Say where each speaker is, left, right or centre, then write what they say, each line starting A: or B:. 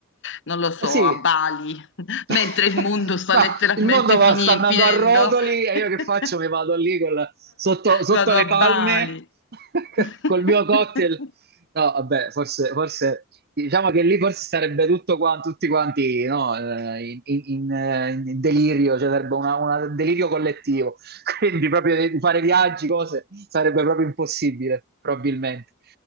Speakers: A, on the left (about 55°); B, on the right (about 45°).
A: non lo so,
B: Eh Sì,
A: a Bali, <laughs>
B: <laughs>
A: mentre il mondo sta
B: ma
A: letteralmente
B: il mondo va-
A: fini-
B: sta andando
A: finendo.
B: a rotoli e
A: <laughs>
B: io che faccio? Mi vado lì col- sotto, sotto
A: Vado
B: le
A: a Bali.
B: palme <laughs>
A: <laughs>
B: col mio cocktail. No, vabbè, forse, forse diciamo che lì forse sarebbe tutto qua, tutti quanti no, eh, in, in- in, eh, in delirio, cioè sarebbe una- una- un delirio collettivo. <laughs> Quindi proprio di fare viaggi, cose, sarebbe proprio impossibile, probabilmente.